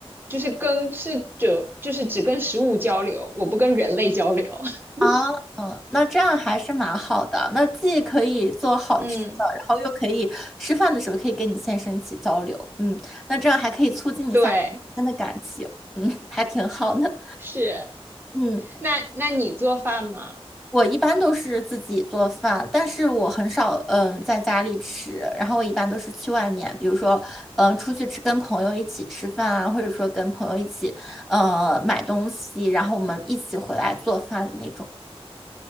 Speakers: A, on the right; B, in the centre.
A: 就是跟是就就是只跟食物交流，我不跟人类交流。<laughs>
B: 啊，嗯，那这样还是蛮好的。那既可以做好吃的，
A: 嗯，
B: 然后又可以吃饭的时候可以跟你先生一起交流。嗯，那这样还可以促进一下你们之间的感情。
A: 对，
B: 嗯，还挺好的。
A: 是。
B: 嗯，
A: 那那你做饭吗？
B: 我一般都是自己做饭，但是我很少嗯在家里吃，然后我一般都是去外面，比如说嗯出去吃，跟朋友一起吃饭啊，或者说跟朋友一起呃买东西，然后我们一起回来做饭的那种。